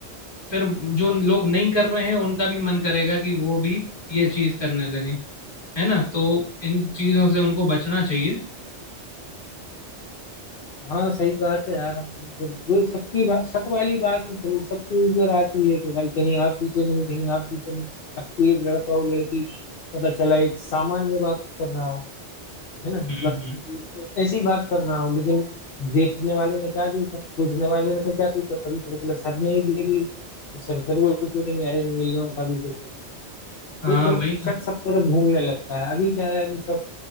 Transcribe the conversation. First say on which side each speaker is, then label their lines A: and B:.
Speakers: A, on the left (about 25°); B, on the left (about 55°).
A: फिर जो लोग नहीं कर रहे हैं उनका भी मन करेगा कि वो भी ये चीज करने लगे है ना तो इन चीजों से उनको बचना चाहिए
B: हाँ सही बात है यार हम बिल्कुल सबकी बात शक वाली बात तो फिर सबके ऊपर आती है कि भाई कहीं आप भी तो नहीं कहीं आप भी तो नहीं अब कोई एक लड़का हो लड़की पता चला एक सामान्य बात कर रहा हो है ना मतलब
A: हम्म हम्म
B: ऐसी बात कर रहा हो लेकिन देखने वाले ने क्या देखा सोचने वाले ने क्या सोचा कभी पता चला सर ने ही देख लिया तो सर फिर वो सोचेंगे अरे नहीं इन लोगों का भी कुछ है
A: हाँ
B: तो फिर
A: वही
B: शक
A: ना
B: सब तरफ घूमने लगता है अभी क्या है अभी सब